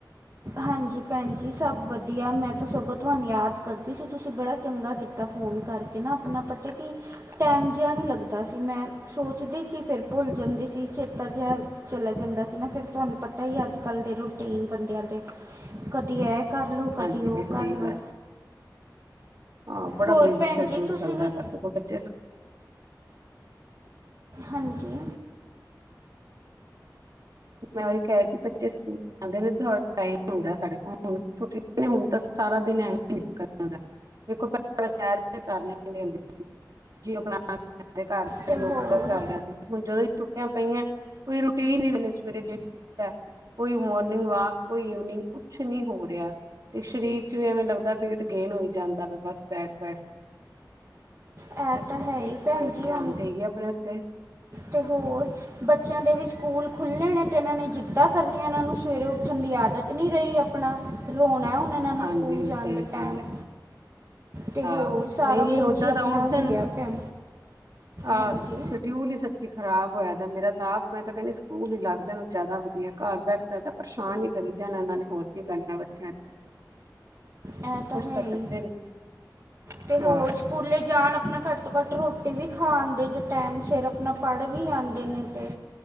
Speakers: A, on the right (about 40°); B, on the right (about 55°).
A: ਹਾਂਜੀ ਭੈਣ ਜੀ! ਸਭ ਵਧੀਆ ਮੈਂ ਤਾਂ ਸਗੋਂ ਤੁਹਾਨੂੰ ਯਾਦ ਕਰਦੀ ਸੀ, ਤੁਸੀਂ ਬੜਾ ਚੰਗਾ ਕੀਤਾ ਇਕ ਨਾ ਫੋਨ ਕਰਕੇ ਨਾ ਆਪਣਾ ਪਤਾ ਕੀ, ਟਾਈਮ ਜਿਹਾ ਨਹੀਂ ਲੱਗਦਾ ਸੀ, ਮੈਂ ਸੋਚਦੀ ਸੀ, ਫਿਰ ਭੁੱਲ ਜਾਂਦੀ ਸੀ, ਚੇਤਾ ਜਹਿ ਚਲਾ ਜਾਂਦਾ ਸੀ ਨਾ ਫਿਰ ਤੁਹਾਨੂੰ ਪਤਾ ਹੀ ਅੱਜ ਕੱਲ੍ਹ ਦੇ ਰੂਟੀਨ ਬੰਦਿਆਂ ਦੇ ਕਦੀ ਐ ਕਰ ਲਓ, ਕਦੀ
B: ਹਾਂਜੀ
A: ਉਹ
B: ਜੀ ਸਹੀ
A: ਕਰ ਲਓ।
B: ਗੱਲ। ਹਾਂ ਬੜਾ
A: ਹੋਰ
B: ਬਿਜ਼ੀ
A: ਭੈਣ
B: ਸ਼ੇਡਿਊਲ
A: ਜੀ ਤੁਸੀਂ
B: ਚੱਲਦਾ,
A: ਵੀ
B: ਬਸ ਅਗੋ ਬੱਚੇ ਸ
A: ਹਾਂਜੀ!
B: ਮੈਂ ਉਹੀ ਕਹਿ ਰੀ ਸੀ ਬੱਚੇ ਸਕੂਲ ਜਾਦੇ ਨੇ ਥੌੜਾ ਟਾਇਮ ਹੁੰਦਾ ਸਾਡੇ ਕੋਲ ਹੁਣ ਛੁੱਟੀ ਆ, ਹੁਣ ਤਾਂ ਸਾਰਾ ਦਿਨ ਐਵੇਂ ਹੀ ਨਿਕਲ ਜਾਦਾਂ। ਵਖੋ ਪਹਿਲਾਂ ਸੈਰ ਵੀ ਕਰ ਲੈਦੀ ਹੁੰਦੀ ਸੀ, ਜੇ ਆਪਣਾ <unintelligible> ਘਰ
A: ਤੇ
B: ਯੋਗਾ
A: ਹੋਰ
B: ਵੀ ਕਰ ਲੈਂਦੀ ਸੀ, ਹੁਣ ਜਦੋਂ ਛੁੱਟ ਪਈਆਂ ਕੋਈ ਰੁਟੀਨ ਨਹੀਂ ਹੈ। <inaudible> ਕੋਈ ਮੋਰਨਿੰਗ ਵਾਕ ਕੋਈ ਈਵਨਿੰਗ ਕੁਛ ਨੀ ਹੋ ਰਿਹਾ ਤੇ, ਸਰੀਰ ਵਿੱਚ ਵੀ ਐਵੇਂ ਲੱਗਦਾ ਵੀਟ ਗੇਨ ਹੋਈ ਜਾਂਦਾ ਬਸ ਬੈਠ -ਬੈਠ
A: ਇਹ
B: ਬਸ
A: ਤਾਂ
B: ਕੁਛ
A: ਹੈ
B: ਜੀ
A: ਹੀ
B: ਥੋੜਾ
A: ਭੈਣ
B: ਜਿਹਾ
A: ਜੀ
B: ਧਿਆਨ
A: ਹੁਣ
B: ਦੇਈਏ ਆਪਣੇ ਉੱਤੇ
A: ਤੇ ਹੋਰ ਬੱਚਿਆਂ ਦੇ ਵੀ ਸਕੂਲ ਖੁੱਲ੍ਹੇ ਨੇ ਤੇ ਇਹਨਾਂ ਨੇ ਜਿੱਦਾਂ ਕਰਨੀਆਂ ਇਹਨਾਂ ਨੂੰ ਸਵੇਰੇ ਉੱਠਣ ਦੀ ਆਦਤ ਨਹੀਂ ਰਹੀ ਆਪਣਾ। ਰੋਣਾ ਉਹਣਾ ਨਾ ਨੇ
B: ਹਾਂਜੀ
A: ਸਕੂਲ ਜਾਣ
B: ਸਹੀ
A: ਦੇ ਟਾਈਮ।
B: ਗੱਲ ਹੈ
A: ਤੇ
B: ਹਾਂ
A: ਹੋਰ ਸਾਰਾ
B: ਨਹੀਂ ਨਹੀਂ
A: ਕੁਛ
B: ਓਦਾਂ
A: ਹੀ ਆਪਣਾ
B: ਤਾਂ ਉਲਝਣ
A: ਹਲਿਆ ਪਿਆ।
B: ਆਹ
A: ਹਾਂਜੀ
B: ਸ਼ਡਿਊਲ ਹੀ ਸ ਚ ਖਰਾਬ ਹੋਇਆ ਦਾ ਮੇਰਾ ਤਾਂ ਆਪ ਮੈਂ ਤਾਂ ਕਹਿੰਦੀ ਸਕੂਲ ਨੀ ਲੱਗ ਜਾਣ ਜ਼ਿਆਦਾ ਵਧੀਆ ਘਰ ਬਹਿ ਕੇ ਤਾਂ ਏਦਾ ਪਰੇਸ਼ਾਨ ਹੀ ਕਰੀ ਜਾਣਾ ਇਹਨਾਂ ਨੇ ਹੋਰ ਕੀ ਕਰਨਾ ਬੱਚਿਆਂ ਨੇ।
A: ਏਹ ਤਾਂ
B: ਕੁਛ
A: ਹੈ
B: ਕਰਦੇ
A: ਈ,
B: ਨੇ
A: ਤੇ ਹੋਰ
B: ਹਾਂ
A: ਸਕੂਲੇ ਜਾਣ ਆਪਣਾ ਘੱਟ ਤੋਂ ਘੱਟ ਰੋਟੀ ਵੀ ਖਾਆਦੇ ਜੋ ਟਾਈਮ ਸਿਰ ਆਪਣਾ ਪੜ੍ਹ ਵੀ ਆਦੇ ਨੇ। ਤੇ